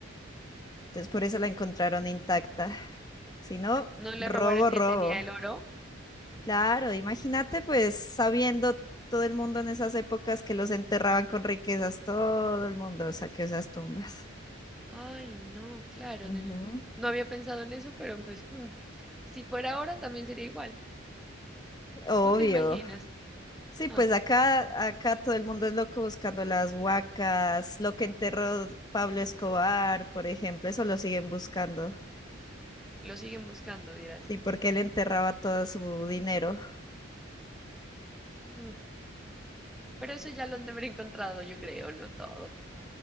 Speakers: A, on the left; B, in the centre.
A: Entonces por eso la encontraron intacta. Si no,
B: no le
A: robo,
B: robaron que
A: robo.
B: tenía el oro.
A: Claro, imagínate pues sabiendo todo el mundo en esas épocas que los enterraban con riquezas, todo el mundo saqueó esas tumbas.
B: Ay, no, claro,
A: Ujú.
B: debe. No había pensado en eso, pero pues, mm, si fuera ahora también sería igual.
A: Obvio.
B: Tú te imaginas.
A: Sí,
B: Ah,
A: pues acá, acá todo el mundo es loco buscando las huacas, lo que enterró Pablo Escobar, por ejemplo, eso lo siguen buscando.
B: lo siguen buscando, dirás.
A: ¿Y porque él enterraba todo su dinero?
B: Mm, Pero eso ya lo han de haber encontrado, yo creo, no todo.